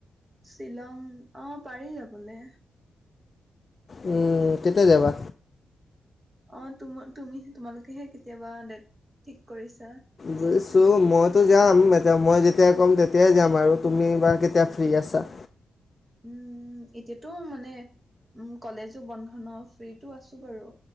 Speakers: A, on the right; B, on the left.
A: শ্বিলং অ পাৰি যাবলে।
B: উম কেতিয়া যাবা?
A: অ তুম তুমি তোমালোকেহে কেতিয়াবা ডেট ঠিক কৰিছ-
B: বুজিছো মইতো যাম এ- টিয়া মই যেতিয়া ক'ম তেতিয়াই যাম আৰু তুমি বা কেতিয়া ফ্ৰী আছা।
A: উম এতিয়াতো মানে উ কলেজো বন্ধ ন ফ্ৰীটো আছো বাৰু।